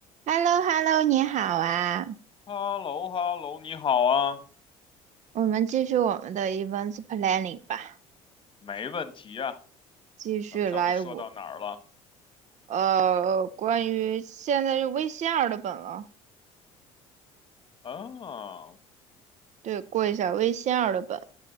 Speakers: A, on the right; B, on the left.
A: h e l l o h e l l o 你好啊！
B: h e l l o h e l l o 你好啊，
A: 我们继续我们的 events planning 吧，
B: 没问题啊。
A: 继续来我
B: 咱们上次说到哪儿了？
A: 呃，关于现在是微信二的本了，
B: 啊，
A: 对，过一下微信二的本，